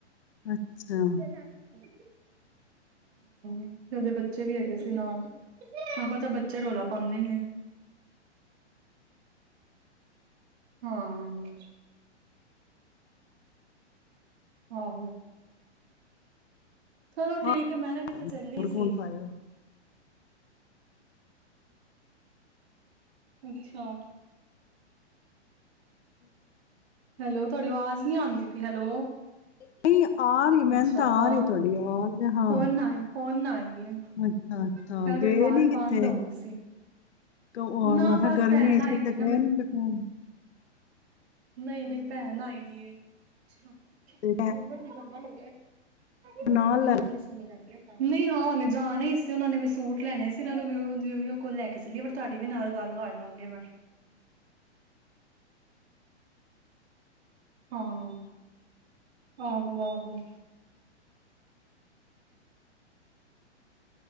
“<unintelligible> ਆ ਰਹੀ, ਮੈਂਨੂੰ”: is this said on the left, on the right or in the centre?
Left